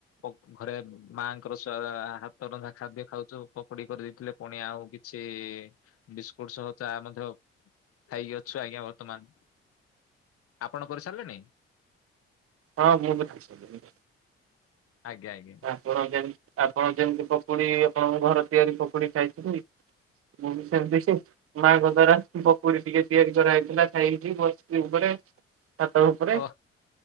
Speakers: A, on the left; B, on the right.
A: ପକୁ ଘରେ ମାଙ୍କର ସା ହାତ ରନ୍ଧା ଖାଦ୍ୟ ଖାଉଚୁ ପକୋଡି କରି ଦେଇଥିଲେ ପୁଣି ଆଉ କିଛି ବିସ୍କୁଟ୍ ସହ ଚା ମଧ୍ୟ ଖାଇ ଅ ଛୁ ଆଜ୍ଞା ବର୍ତ୍ତମାନ୍। ଆପଣ କରିସାରିଲେଣି?
B: ହଁ ମୁଁ ବି ଖାଇ ସାଇଲିଣି।
A: ଆଜ୍ଞା ଆଜ୍ଞା।
B: ଆପଣ ଯେମ୍ ଆପଣ ଯେମ୍ତି ପକୁଡି ଆପଣଙ୍କ ଘର ତିଆରି ପକୁଡି ଖାଇଛନ୍ତି ମୁଁ ବି ସେମ୍ତି ସେ ମାଙ୍କ ଦ୍ଵାରା ପକୁଡି ଟିକେ ତିଆରି କରାହେଇଥିଲା ଖାଇକି ବସଚି ଉପରେ। ଛାତ ଉପରେ
A: ଓ